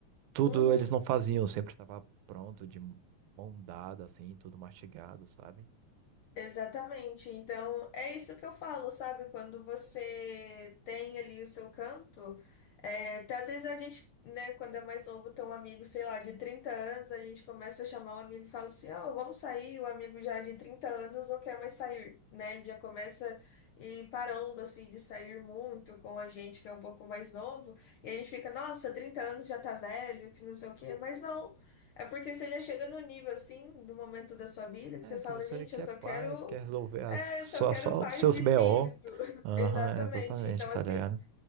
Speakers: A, on the right; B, on the left.
A: tudo
B: uhum.
A: eles não faziam, sempre estava pronto, de mão dada, assim, tudo mastigado, sabe?
B: Exatamente. Então, é isso que eu falo, sabe? Quando você tem ali o seu canto, é, até às vezes a gente, né, quando é mais novo, tem um amigo, sei lá, de 30 anos, a gente começa a chamar o amigo e fala assim, ó, vamos sair, o amigo já de 30 anos não quer mais sair, né? Ele já começa e parando, assim, de sair muito com a gente que é um pouco mais novo, e a gente fica, nossa, 30 anos já tá velho, que não sei o quê, mas não. É porque você já chega no nível assim, do momento da sua vida, que
A: É
B: você
A: que
B: fala,
A: você
B: gente,
A: quer
B: eu só
A: paz,
B: quero,
A: quer resolver as,
B: é,
A: só,
B: só quero
A: só
B: paz
A: os seus
B: de
A: BO.
B: espírito. <laughs>
A: Aham,
B: Exatamente.
A: exatamente,
B: Então,
A: tá
B: assim,
A: ligado?